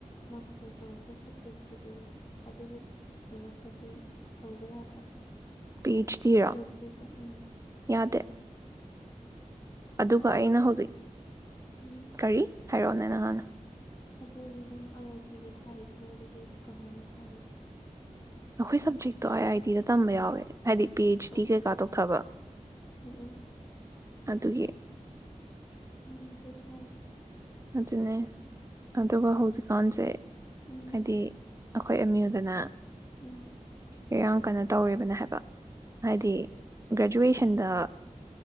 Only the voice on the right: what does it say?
ꯄꯤ ꯑꯩꯆ ꯗꯤꯔꯣ
ꯌꯥꯗꯦ ꯑꯗꯨꯒ
ꯑꯩꯅ ꯍꯧꯖꯤꯛ
ꯀꯔꯤ ꯍꯥꯏꯔꯛꯑꯣꯅꯣ ꯅꯍꯥꯟ
ꯑꯩꯈꯣꯏ ꯁꯕꯖꯦꯛꯇꯣ ꯑꯥꯏ ꯑꯥꯏ ꯇꯤꯗ ꯇꯝꯕ ꯌꯥꯎꯋꯦ ꯍꯥꯏꯗꯤ ꯄꯤ
ꯑꯩꯆ ꯗꯤ ꯀꯩꯀꯥ ꯇꯧꯊꯕ
ꯑꯗꯨꯒꯤ
ꯑꯗꯨꯅꯦ ꯑꯗꯨꯒ ꯍꯧꯖꯤꯛꯀꯥꯟꯁꯦ
ꯍꯥꯏꯗꯤ ꯑꯩꯈꯣꯏ ꯑꯦꯝꯌꯨꯗꯅ
ꯑꯦ ꯑꯪꯀꯅ ꯇꯧꯔꯦꯕꯅ ꯍꯥꯏꯕ ꯍꯥꯏꯗꯤ ꯒ꯭ꯔꯦꯖꯨꯋꯦꯁꯟꯗ